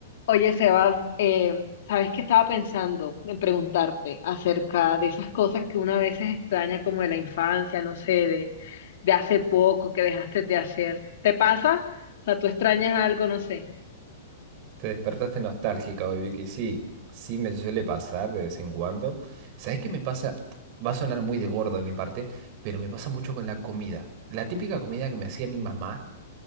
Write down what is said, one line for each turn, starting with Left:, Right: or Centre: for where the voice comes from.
Left: Oye, Sebas, eh, ¿sabes qué estaba pensando en preguntarte acerca de esas cosas que una vez veces extraña como de la infancia, no sé, de, de hace poco que dejaste de hacer? ¿Te pasa? O sea, tú extrañas algo, no sé.
Right: Te despertaste nostálgica hoy, Vicky. Sí, sí me suele pasar de vez en cuando. ¿Sabes qué me pasa? Va a sonar muy de gordo de mi parte, pero me pasa mucho con la comida. La típica comida que me hacía mi mamá